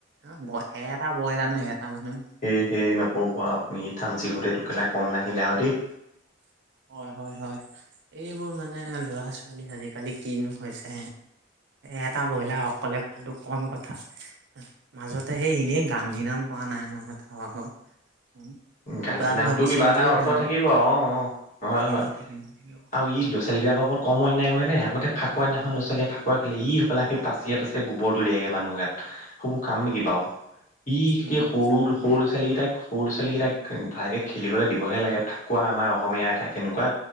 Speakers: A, on the right; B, on the left.
A: অ এটা ব্ৰইলাৰনো এটা মানুহে
B: সেয়ে নক'ব আৰু আপুনি থানঞ্চি ঘৰ এইটো কেলা কম নাহিলে আৰু দেই
A: হয় হয় হয়। এইবোৰ মানে লৰা ছোৱালী আজিকালি কিনো হৈছে এটা ব্ৰইলাৰ অকলে খোৱাটো কম কথা। মাজতে সেই এনেই গান্ধী নাম পোৱা নাই নহয় তাৰ ভাগৰ উম, কিবা
B: গান্ধী
A: এটা
B: নামটো
A: ভাবি
B: কিবা
A: চিন্তিয়ে
B: এটা অৰ্থ
A: গান্ধী
B: থাকিব অ অ হয়
A: থাকিব
B: হয়
A: থাকিব থাকিব
B: আৰু ই লৈছে। ছোৱালীবিলাকৰ ওপৰত কম অন্যায় কৰে নে আগতে ফাকুৱ দিনাখন লৰা ছোৱালীয়ে ফাকুৱ খেলে ই হ'বলা স পাচি পাচি। যে গোবৰ দলিয়াইগে মানুহৰ গাত সেইবোৰ কাম নেকি বাৰু ই
A: উম,
B: সেই
A: মনত
B: সৰু
A: আছে মনত
B: সৰু
A: আছে।
B: ছোৱালি কেইটাক সৰু ছোৱালীকেইটাক ভালকে খেলিবলৈ দিবহে লাগে ফাকুৱা আমাৰ অসমীয়া এটা কেনেকুৱা